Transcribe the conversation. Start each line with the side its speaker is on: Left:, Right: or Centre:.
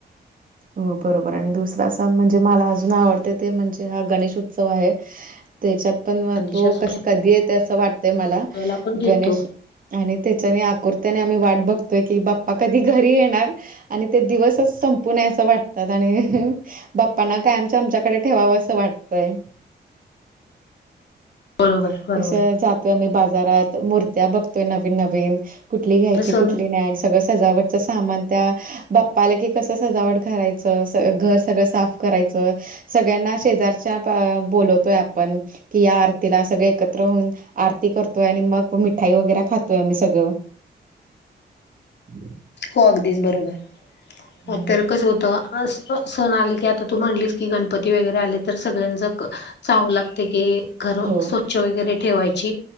Right: हो बरोबर आणि दुसरा सण म्हणजे मला अजून आवडते ते म्हणजे हा गणेश उत्सव आहे त्याच्यात पण
Left: चांदीच्या
Right: तो कस कधी येते असं वाटतय मला
Left: वेळेला आपण घेतो
Right: गणेश आणि त्याच्याने आकुरत्याने आम्ही वाट बघतोय की बाप्पा कधी घरी येणार आणि ते दिवसच संप पुण्या असं वाटतात आणि बाप्पांना काय आमच्या आमच्याकडे ठेवावं असं वाटतय
Left: बरोबर
Right: <inaudible>
Left: बरोबर
Right: कस जातोय आम्ही बाजारात मूर्त्या बघतोय नवीन नवीन कुठली घ्यायची
Left: तर सण
Right: कुठली नाही सगळं सजावटच सामान त्या बाप्पाला की कस सजावट घालायचं घर सगळं साफ करायचं सगळ्यांना शेजारच्या बोलवतोय आपण कि या आरतीला सगळ एकत्र होऊन आरती करतोय आणि मग मिठाई वगैरे खातोय मी सगळं ह
Left: हो अगदीच बरोबर
Right: हं.
Left: तर कसं होतं आ सण आले की आता तू म्हणलीस की गणपती वगैरे आले तर सगळ्यांच चावू लागते की घर
Right: हो,
Left: स्वच्छ वगैरे ठेवायची